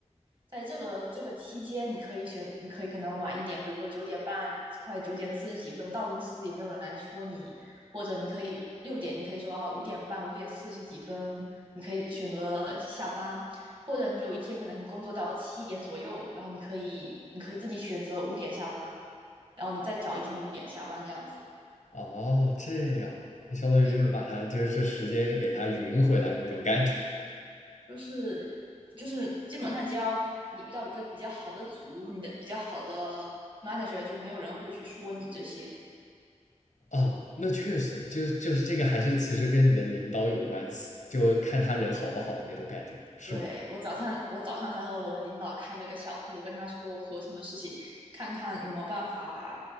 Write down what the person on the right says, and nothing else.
在这个这个期间，你可以选，你可以可能晚一点，比如说九点半，快九点四十几分到公司也没有人来说你，或者你可以六点，你可以说啊五点半、五点四十几分，你可以选择下班，或者你有一天可能你工作到七点左右，然后你可以你可以自己选择五点下班。然后你再找一天五点下班这样子。
对的，就是就是基本上只要你遇到一个比较好的组，你的比较好的 manager，就没有人会去说你这些。
对，我早上，我早上才和我的领导开了个小会，我跟他说了我合同的事情，看看有没有办法，